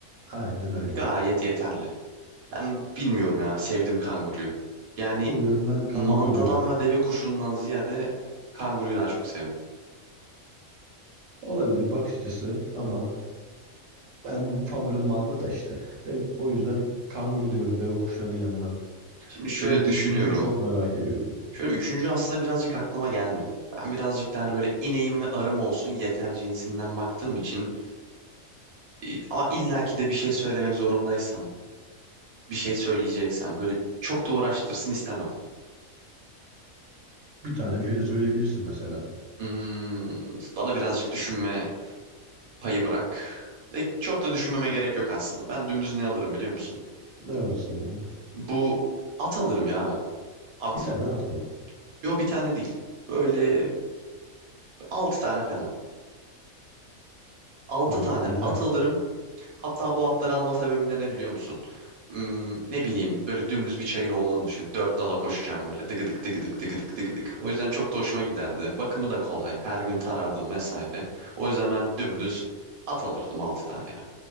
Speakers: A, on the right; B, on the right.
A: Aynen öyle.
B: Gayet yeterli. Ben bilmiyorum ya. Sevdim kanguruyu. Yani
A: O yüzden ben kanguru
B: mandadan
A: diyorum.
B: ve deve kuşundan ziyade kanguruyu daha çok sevdim.
A: Olabilir bakış açısı ama ben favorim manda da işte. De, o yüzden kanguru diyorum deve kuşlarının yanına.
B: Şimdi şöyle
A: Senin üçüncüyü
B: düşünüyorum.
A: çok merak ediyorum.
B: Şöyle üçüncü aslında birazcık aklıma gelmedi. Ben birazcık daha hani böyle ineğim ve arım olsun yeter cinsinden baktığım için e, ama illaki de bir şey söylemek zorundaysam, bir şey söyleyeceksem böyle çok da uğraştırsın istemem.
A: Bir tane bir şey de söyleyebilirsin mesela.
B: Hmm, bana birazcık düşünme payı bırak. E, çok da düşünmeme gerek yok aslında. Ben dümdüz ne alırım biliyor musun?
A: Ne alırsın Burak?
B: Bu at alırım ya ben. At.
A: Bir tane at mı?
B: Yo bir tane değil. Böyle altı tane falan. Altı
A: At
B: tane
A: güzel.
B: at alırım. Hatta bu atları alma sebebim de ne biliyor musun? Hmm, ne bileyim böyle dümdüz bir çayır olduğunu düşün. Dört nala koşacağım böyle dıgıdık dıgıdık dıgıdık dıgıdık. O yüzden çok da hoşuma giderdi. Bakımı da kolay. Her gün tarardım vesaire. O yüzden ben dümdüz at alırdım altı tane ya.